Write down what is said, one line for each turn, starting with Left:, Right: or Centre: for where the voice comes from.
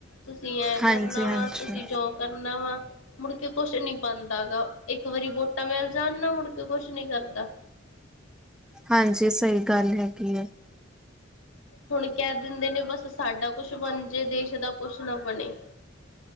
Left: ਤੁਸੀਂ ਐਂ
Centre: ਹਾਂਜੀ
Left: ਕਰਨਾ
Centre: ਹਾਂਜੀ
Left: ਵਾ, ਤੁਸੀਂ ਜੋ ਕਰਨਾ ਵਾ, ਮੁੜਕੇ ਕੁਛ ਨੀ ਪਾਂਦਾ ਗਾ। ਏਕ ਵਾਰੀ ਵੋਟਾ ਮਿਲ ਜਾਨ ਨਾ, ਮੁੜਕੇ ਕੁਛ ਨੀ ਕਰਦਾ।
Centre: ਹਾਂਜੀ, ਸਈ ਗੱਲ ਹੈਗੀ ਐ।
Left: ਹੁਣ ਕੈ ਦਿੰਦੇ ਨੇ ਬਸ ਸਾਡਾ ਕੁਛ ਬਨ ਜੇ, ਦੇਸ਼ ਦਾ ਕੁਛ ਨਾ ਬਣੇ।